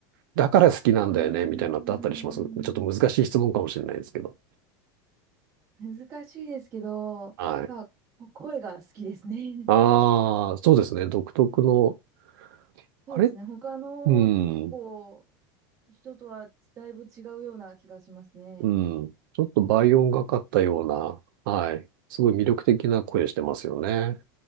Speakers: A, on the right; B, on the right.
A: だから好きなんだよね、
B: うーん、
A: みたいなのってあったりしますちょっと難しい質問かもしれないですけど。
B: 難しいですけど、
A: はい。
B: やっぱこ声が好きですね。
A: ああ、そうですね。独特の、
B: <laughs>
A: あれ
B: そうですね。他の結構
A: うん、
B: 人とはだいぶ違うような気がしますね。
A: うん。ちょっと倍音がかったような、はい。すごい魅力的な声してますよね。